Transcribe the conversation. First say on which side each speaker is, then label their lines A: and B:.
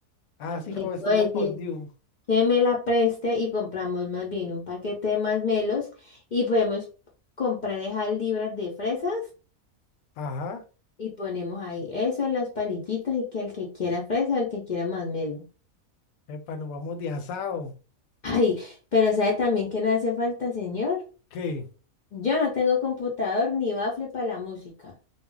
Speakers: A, on the left; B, on the left.
A: Así
B: Le
A: como
B: puedo
A: estilo
B: decir
A: fondue.
B: que me la preste y compramos más bien un paquete de masmelos y podemos comprar esas libras de fresas
A: Ajá.
B: y ponemos ahí eso, las palillitas y que el que quiera fresa o el que quiera masmelo.
A: Epa, nos vamos de asado.
B: Ay, pero ¿sabe también que no hace falta, señor?
A: ¿Qué?
B: Yo no tengo computador ni bafle para la música,